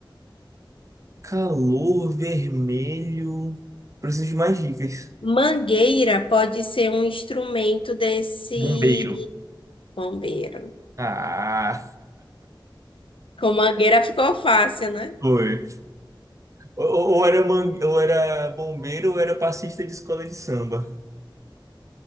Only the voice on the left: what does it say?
Mangueira pode ser um instrumento desse
bombeiro.
Com mangueira ficou fácil, né?